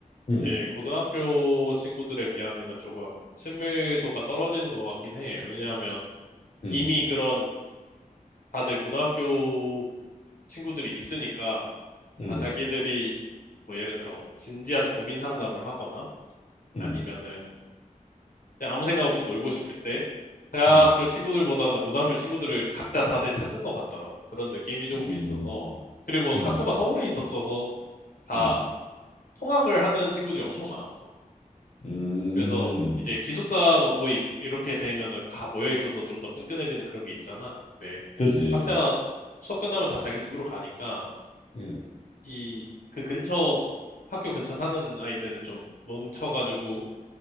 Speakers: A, on the left (about 85°); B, on the left (about 50°).
A: 이제
B: 응.
A: 고등학교 친구들에 비하면은 조금 친밀도가 떨어지는 것 같긴 해. 왜냐하면
B: 응.
A: 이미 그런 다들 고등학교 친구들이 있으니까
B: 응.
A: 다 자기들이 뭐 예를 들어 진지한 고민 상담을 하거나
B: 응.
A: 아니면은 그냥 아무 생각 없이 놀고 싶을 때 대학교
B: 응.
A: 친구들보다는 고등학교 친구들을 각자 다들 찾는 것 같더라고. 그런 느낌이 조금
B: 음.
A: 있어서. 그리고
B: 음.
A: 학교가 서울에 있었어서 다
B: 음.
A: 통학을 하는 친구들이 엄청 많았어.
B: 음.
A: 그래서 이제 기숙사가 모이 이렇게 되면은 다 모여 있어서 좀 더 끈끈해지는 그런 게 있잖아. 근데
B: 그지.
A: 각자 수업 끝나면 다 자기 집으로 가니까
B: 음.
A: 이 그 근처 학교 근처 사는 아이들은 좀 뭉쳐가지고